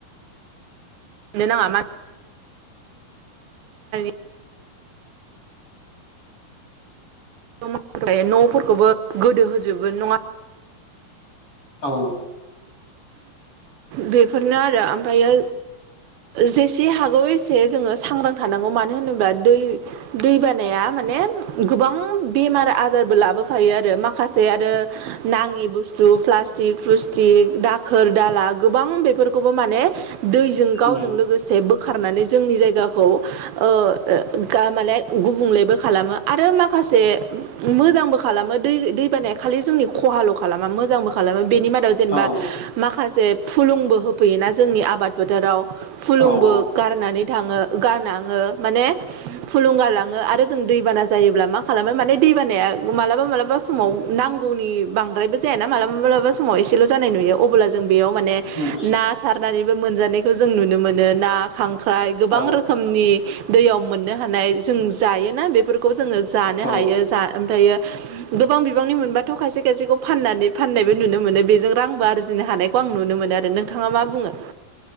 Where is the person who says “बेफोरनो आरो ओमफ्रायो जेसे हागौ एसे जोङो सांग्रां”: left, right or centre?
Right